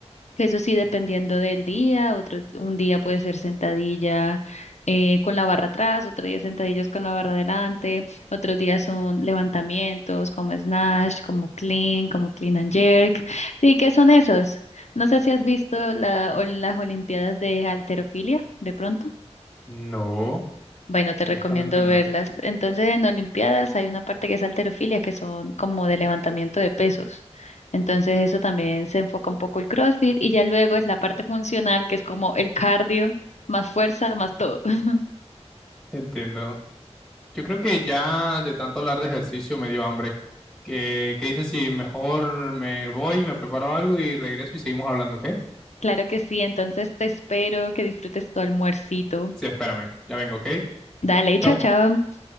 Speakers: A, on the left; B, in the centre.
A: eso sí, dependiendo
B: Ujú.
A: del día, otro, un día puede ser sentadilla eh, con la barra atrás, otro día sentadillas con la barra adelante, otros días son levantamientos como snatch, como clean, como clean and jerk. Sí, ¿qué son esos? No sé si has visto la, o las Olimpiadas de halterofilia, de pronto.
B: No,
A: Bueno, te
B: honestamente
A: recomiendo
B: no.
A: verlas. Entonces, en Olimpiadas hay una parte que es halterofilia, que son como de levantamiento de pesos. Entonces, eso también se enfoca un poco el CrossFit y ya luego es la parte funcional, que es como el cardio, más fuerza, más todo. <laughs>
B: Entiendo. Yo creo que ya de tanto hablar de ejercicio me dio hambre. ¿Qué, qué dices si mejor me voy, me preparo algo y regreso y seguimos hablando, ¿ok?
A: Claro que sí, entonces te espero que disfrutes tu almuercito.
B: Sí, espérame, ya vengo, ¿ok?
A: Dale, chao,
B: Chau.
A: chao.